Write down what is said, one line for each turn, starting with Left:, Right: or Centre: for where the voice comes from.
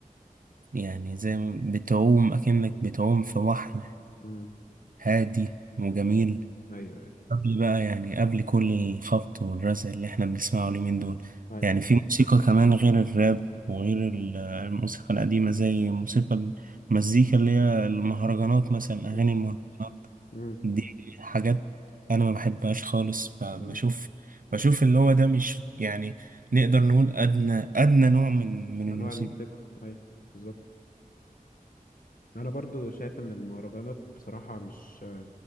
Right: يعني زي ما بتعوم أكنك بتعوم في بحر
Left: مم.
Right: هادي وجميل
Left: ايوه ايوه
Right: قبل بقى يعني قبل كل الخبط والرزع اللي احنا بنسمعه اليومين دول
Left: ايوه
Right: يعني في موسيقى كمان غير الراب وغير ال- الموسيقى القديمة زي موسيقى المزيكا اللي هي المهرجانات مثلا
Left: مم.
Right: أغاني المهرجانات
Left: مم.
Right: دي حاجات أنا ما بحبهاش خالص ب-
Left: آه.
Right: بشوف بشوف اللي هو ده مش يعني نقدر نقول أدنى أدنى نوع من من
Left: انواع
Right: الموسيقى
Left: الموسيقى ايوه بالظبط انا برضو شايف ان المهرجانات بصراحة مش